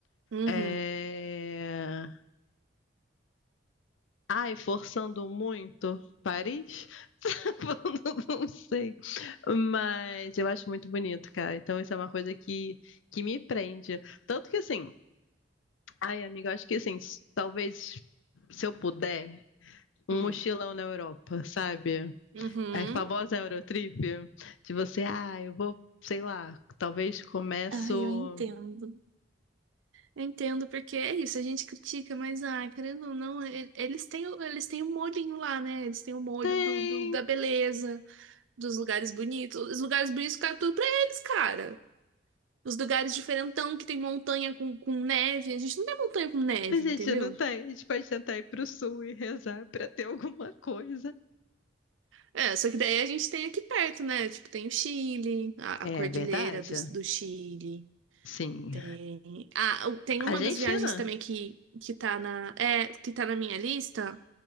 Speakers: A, on the right (about 80°); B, on the left (about 80°).
A: uhum,
B: É... Ai, forçando muito Paris? <laughs> Não, sei. Mas eu acho muito bonito, cara. Então, isso é uma coisa que, que me prende. Tanto que, assim, ai, amiga, eu acho que, assim, s- talvez, se eu puder,
A: hum,
B: um mochilão na Europa, sabe?
A: uhum.
B: É A famosa Eurotrip, de você, ah, eu vou, sei lá, talvez começo.
A: Ah, eu entendo. Eu entendo, porque é isso, a gente critica, mas, ah, querendo ou não, e- eles têm, o- eles têm o molhinho lá, né? Eles têm o molho
B: Tem,
A: do, do- da beleza, dos lugares bonitos. Os lugares bonitos ficaram tudo pra eles, cara. Os lugares diferentão, que tem montanha com, com neve. A gente não tem montanha com neve,
B: a gente
A: entendeu?
B: não tem. A gente pode tentar ir pro sul e rezar pra ter alguma coisa.
A: É, só que daí a gente tem aqui perto, né? Tipo, tem o Chile, a,
B: É
A: a cordilheira
B: verdade.
A: do, do Chile.
B: Sim.
A: Tem. Ah, o- tem uma
B: Argentina.
A: das viagens também que, que tá na, é, que tá na minha lista.